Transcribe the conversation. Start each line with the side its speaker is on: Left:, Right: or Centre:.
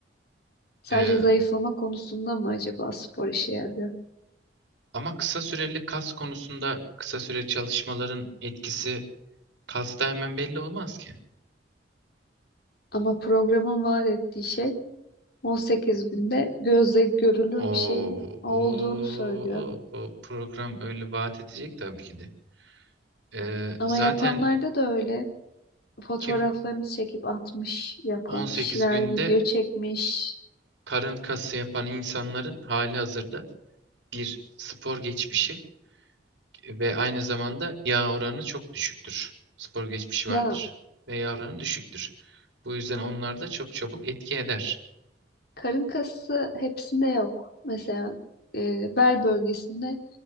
Left: Sadece
Right: Ee,
Left: zayıflama konusunda mı acaba spor işe yarıyor?
Right: ama kısa süreli kas konusunda kısa süre çalışmaların etkisi kasta hemen belli olmaz ki.
Left: Ama programın vaat ettiği şey 18 günde gözle görülür
Right: O,
Left: bir şey olduğunu
Right: o,
Left: söylüyor.
Right: o program öyle vaat edecek tabii ki de. Ee,
Left: Ama
Right: zaten
Left: yapanlarda da öyle. Fotoğraflarını
Right: kim
Left: çekip atmış, yapan
Right: 18
Left: kişiler
Right: günde
Left: video çekmiş.
Right: karın kası yapan insanların halihazırda bir spor geçmişi ve aynı zamanda yağ oranı çok düşüktür. Spor geçmişi
Left: Ya
Right: vardır ve yağ oranı düşüktür. Bu yüzden onlar da çok çabuk etki eder.
Left: karın kası hepsinde yok. Mesela e, bel bölgesinde